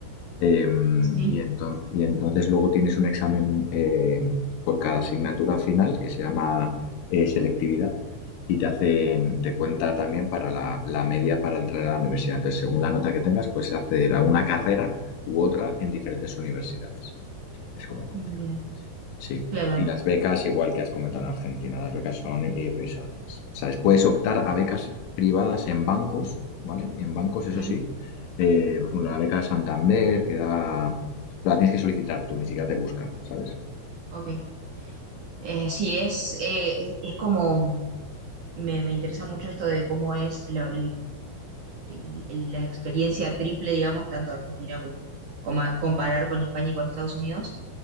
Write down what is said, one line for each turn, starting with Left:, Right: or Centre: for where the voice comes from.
Left: Eh,
Right: Sí,
Left: y, ento- y entonces luego tienes un examen eh, por cada asignatura final que se llama eh, selectividad y te hacen, te cuenta también para la, la media para entrar a la universidad. Entonces, según la nota que tengas, puedes acceder a una carrera u otra en diferentes universidades. Es como funciona.
Right: bien,
Left: Sí,
Right: claro,
Left: y las becas, igual que has comentado en Argentina, las becas son irrisorias. O sea, puedes optar a becas privadas en bancos, ¿vale? En bancos, eso
Right: sí,
Left: sí. Eh, por ejemplo, la beca Santander, que da... La tienes que solicitar tú, ni siquiera te buscan, ¿sabes?
Right: ok. Eh, sí, es, eh, es como, me, me interesa mucho esto de cómo es la, el- el- la experiencia triple, digamos, tanto Argentina como, como a- comparar con España y con Estados Unidos.